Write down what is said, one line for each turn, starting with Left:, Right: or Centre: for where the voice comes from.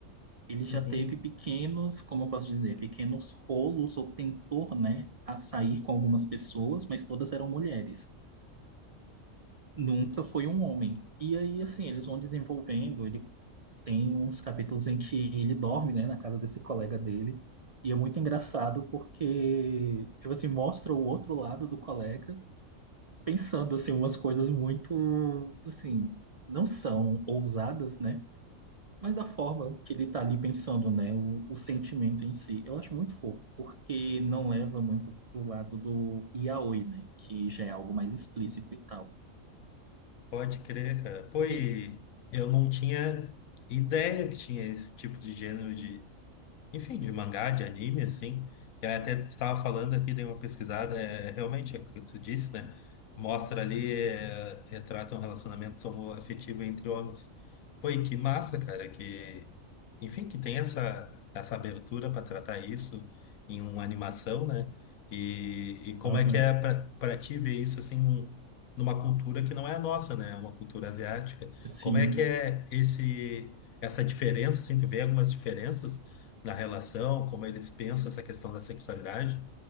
Right: Ele já
Left: Uhum.
Right: teve pequenos, como eu posso dizer, pequenos rolos ou tentou, né, a sair com algumas pessoas, mas todas eram mulheres. Nunca foi um homem. E aí, assim, eles vão desenvolvendo. Ele tem uns capítulos em que ele dorme, né, na casa desse colega dele. E é muito engraçado porque, tipo assim, mostra o outro lado do colega pensando assim umas coisas muito assim, não são ousadas, né? Mas a forma que ele tá ali pensando, né, o, o sentimento em si, eu acho muito fofo, porque não leva muito pro lado do yaoi, né, que já é algo mais explícito e tal.
Left: Pode crer, cara. Pô, e
Right: E
Left: eu não tinha ideia que tinha esse tipo de gênero Enfim, de mangá, de anime, assim. E aí até estava falando aqui, dei uma pesquisada, é, realmente é o que tu disse, né? Mostra ali, é, retrata um relacionamento homoafetivo entre homens. Pô, e que massa, cara, que. Enfim, que tem essa, essa abertura para tratar isso em uma animação, né? E, e como
Right: aham,
Left: é que é para ti ver isso, assim, num- numa cultura que não é a nossa, né? É uma cultura asiática.
Right: sim,
Left: Como é que é esse. Essa diferença, assim, tu vê algumas diferenças na relação, como eles pensam essa questão da sexualidade,